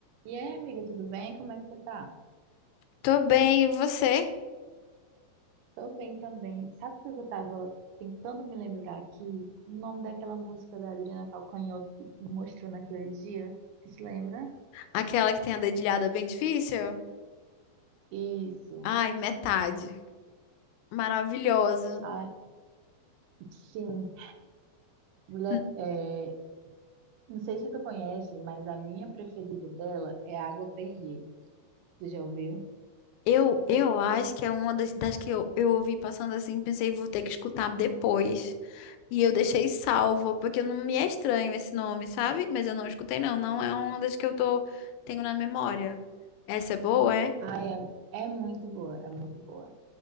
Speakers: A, on the right (about 85°); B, on the left (about 85°).
A: E aí, amiga, tudo bem? Como é que você tá?
B: Tô bem, e você?
A: Tô bem também. Sabe o que eu tava tentando me lembrar aqui? O nome daquela música da Adriana Calcanhoto que tu me mostrou naquele dia? Tu se lembra?
B: Aquela que tem a dedilhada bem difícil?
A: Isso.
B: Ai, metade. Maravilhosa.
A: Ah, sim. Mulher,
B: N-
A: é, não sei se tu conhece, mas a minha preferida dela é Água Perrier. Tu já ouviu?
B: Eu, eu acho que é uma das, das que eu, eu ouvi passando assim, pensei, vou ter que escutar depois. E eu deixei salvo, porque não me é estranho esse nome, sabe? Mas eu não escutei, não. Não é uma das que eu tô, tenho na memória. Essa é boa, é?
A: Ai, é, é muito boa, é muito boa.